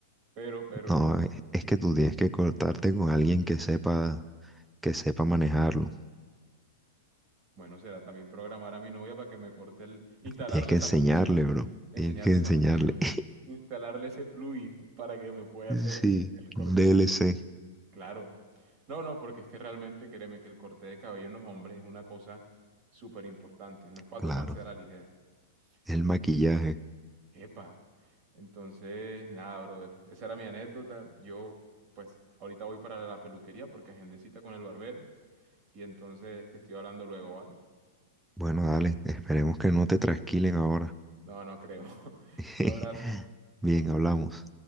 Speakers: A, on the right; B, in the centre.
A: Pero, pero,
B: No, e- es que tú tienes que cortarte con alguien que sepa, que sepa manejarlo.
A: bueno, será también programar a mi novia para que me corte el, instalarle
B: Tienes que
A: esa
B: enseñarle,
A: función,
B: bro.
A: enseñarle
B: Tienes que enseñarle.
A: esa función,
B: <laughs>
A: instalarle ese plugin para que me pueda hacer
B: Sí,
A: el, el cortecito.
B: un DLC,
A: Claro. No, no, porque es que realmente créeme que el corte de cabello en los hombres es una cosa súper importante, no es para
B: claro.
A: tomarse a la ligera.
B: El
A: Entonces,
B: maquillaje.
A: epa. Entonces, nada, brother. Esa era mi anécdota. Yo, pues, ahorita voy para la peluquería porque agendé cita con el barbero y entonces te estoy hablando luego, ¿vale?
B: Bueno, dale, esperemos que no te trasquilen ahora.
A: No, no creo. <laughs>
B: <laughs>
A: Un abrazo.
B: Bien, hablamos.